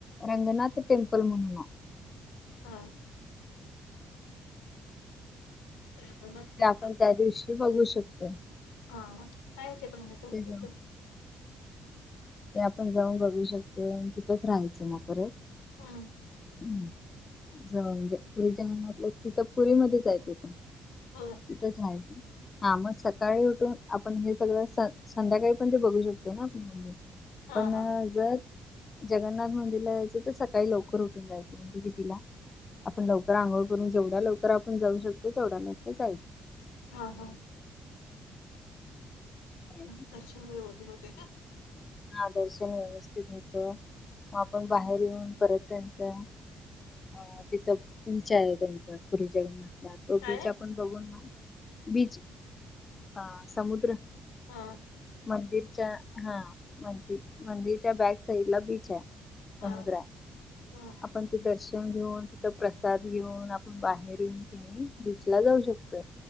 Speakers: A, on the left (about 35°); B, on the left (about 75°).
A: रंगनाथ टेम्पल म्हणून हाय
B: हा. हा
A: ते आपण त्या दिवशी बघू शकतोय.
B: हा काय बनवायचं
A: जाऊ
B: <unintelligible>
A: ते आपण जाऊन बघू शकते तिथंच राहायचं मग परत
B: हम्म.
A: हम्म जाऊंदे म्हणजे पुरी जंगणाथलं तिथ पुरी मध्ये आहे ते पण.
B: होय.
A: तिथेच हाय हा मग सकाळी उठून आपण हे सगळं संध्याकाळी पण ते बघू शकतोय ना आपण मंदिर.
B: हा
A: पण
B: हा
A: जर जगन्नाथ मंदिरला जायचं तर सकाळी लवकर उठून जायचं, म्हणजे कितीला? आपण लवकर आंघोळ करून जेवढ्या लवकर आपण जाऊ शकतोय तेवढ्या लवकर जायच.
B: हा हा.
A: करायचं.
B: मुख दर्शन व्यवस्थित होते काय?
A: हा दर्शन व्यवस्थित होत, म आपण बाहेर येऊन परत त्यांच अ तिथं बीच आहे त्यांच पुरीच्यागना तो
B: काय
A: बीच आपण बघून ना. बीच आ समुद्र.
B: हा.
A: मंदिरच्या हा. मंदि- मंदिरच्या बॅक साइडला, बीचाय. समुद्राय.
B: हा हा
A: आपण ते दर्शन घेऊन, तिथं प्रसाद घेऊन, आपण बाहेर येऊन, ति आणि बीच ला जाऊ शकतोय.